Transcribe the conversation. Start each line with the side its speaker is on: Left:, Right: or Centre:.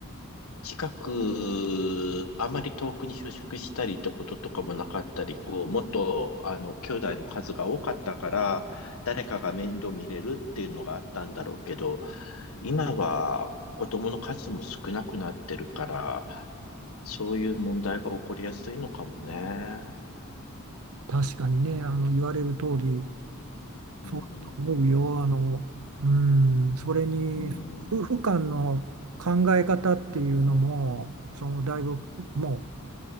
Left: 近く、あまり遠くに就職したりってこととかもなかったり、こう、もっと、あの、兄弟の数が多かったから、誰かが面倒見れるっていうのがあったんだろうけど、今は子供の数も少なくなってるから、そういう問題が起こりやすいのかもね。
Right: 確かにねあの言われる通り
Left: うん、
Right: そうだと思うよあの、うん、それに夫婦間の考え方っていうのもそのだいぶもう
Left: うん。